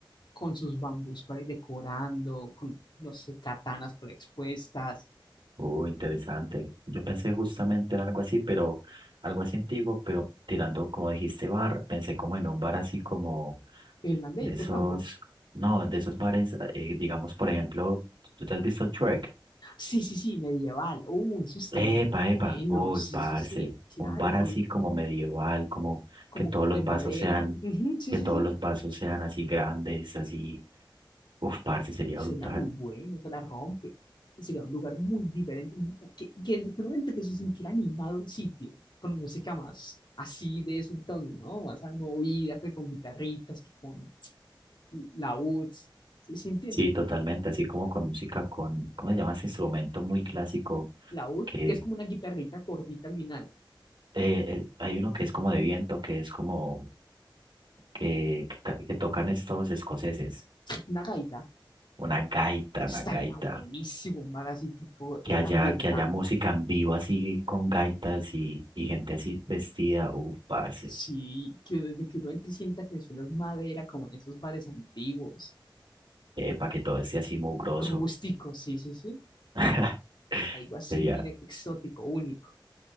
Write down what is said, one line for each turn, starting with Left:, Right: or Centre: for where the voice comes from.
Left: con sus bambús por ahí decorando, con, no sé, katanas por ahí expuestas.
Right: Oh, interesante. Yo pensé justamente en algo así, pero algo así antiguo, pero tirando, como dijiste, bar, pensé como en un bar así como
Left: Irlandés,
Right: de esos,
Left: de pronto.
Right: no, de esos bares, eh, digamos, por ejemplo, ¿tú te has visto Shrek?
Left: Sí, sí, sí, medieval. Uh, eso estaría
Right: Epa,
Left: muy bueno.
Right: epa, uy,
Left: Sí,
Right: parce,
Left: sí, sí, claro,
Right: un bar
Left: con,
Right: así como medieval, como
Left: como
Right: que todos
Left: con
Right: los
Left: de madera.
Right: vasos sean,
Left: Ujú, sí,
Right: que
Left: sí,
Right: todos
Left: sí.
Right: los vasos sean así grandes, así, uf, parce, sería
Left: sería
Right: brutal.
Left: muy bueno, se la rompe. Sería un lugar muy diferente, que, que diferente que se sintiera animado el sitio, con música más así de ese entonces, ¿no? Más movida, que con guitarritas, que con laúds, ¿sí, se entiende?
Right: Sí, totalmente, así como con música, con, ¿cómo se llama ese instrumento muy clásico?
Left: Laúd,
Right: Que
Left: que es como una guitarrita gordita al final,
Right: eh, eh, hay uno que es como de viento, que es como, que, que, ca- que tocan estos escoceses,
Left: una gaita.
Right: una gaita,
Left: Estaría
Right: una gaita.
Left: buenísimo un bar así tipo eh,
Right: Que haya,
Left: ambientado.
Right: que haya música en vivo así con gaitas y, y gente así vestida, uf, parce.
Left: Sí, que desde que uno entre y sienta que el suelo es madera, como en esos bares antiguos,
Right: para que todo esté así mugroso.
Left: rústicos, sí, sí, sí.
Right: <laughs>
Left: algo así
Right: Sería,
Left: bien exótico, único.